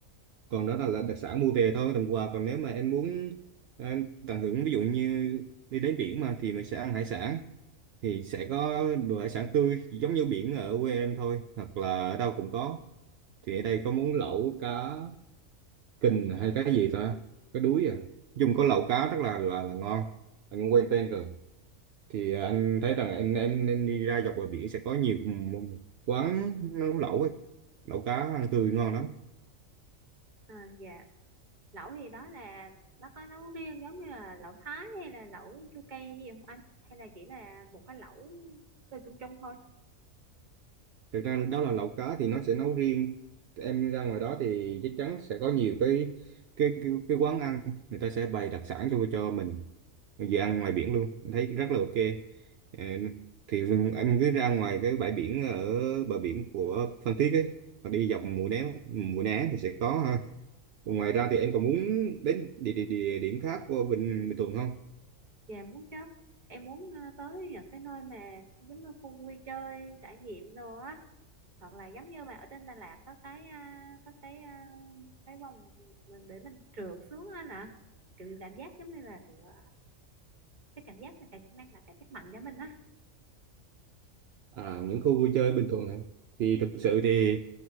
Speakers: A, on the right; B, on the right.
A: còn đó là, là đặc sản mua về thôi đồng quà còn nếu mà em muốn ờ, tận hưởng ví dụ như đi đến biển mà thì mình sẽ ăn hải sản thì sẽ có đồ hải sản tươi giống như biển ở quê em thôi hoặc là ở đâu cũng có thì ở đây có món lẩu cá kình hay cái gì ta cái đuối à dùng có lẩu cá rất là là, là ngon anh cũng quen tên rồi thì anh thấy rằng anh em nên đi ra dọc bờ biển sẽ có nhiều quán nấu lẩu ấy. lẩu cá ăn tươi ngon lắm
B: À, dạ. Lẩu thì đó là nó có nấu riêng giống như là lẩu Thái hay là lẩu chua cay gì không anh? Hay là chỉ là một cái lẩu từ chung chung thôi?
A: thực ra đó là lẩu cá thì nó sẽ nấu riêng em ra ngoài đó thì chắc chắn sẽ có nhiều cái cái cái, cái quán ăn người ta sẽ bày đặc sản cho cho mình mình vừa ăn ngoài biển luôn em thấy rất là ok Ờ, thì em cứ ra ngoài cái bãi biển ở bờ biển của Phan Thiết ấy và đi dọc Mũi Né Mũi Né thì sẽ có ha Còn ngoài ra thì em còn muốn đến địa, địa, địa điểm khác của Bình Bình Thuận không
B: Dạ muốn chứ. Em muốn ờ, tới những cái nơi mà giống như khu vui chơi, trải nghiệm đồ á. Hoặc là giống như mà ở trên Đà Lạt có cái à, có cái à, cái vòng mà để mình trượt xuống anh ạ. Kiểu cảm giác giống như là kiểu ờ, cái cảm giác là cảm mang lại cảm giác mạnh cho mình á
A: à những khu vui chơi Bình Thuận hả thì thực sự thì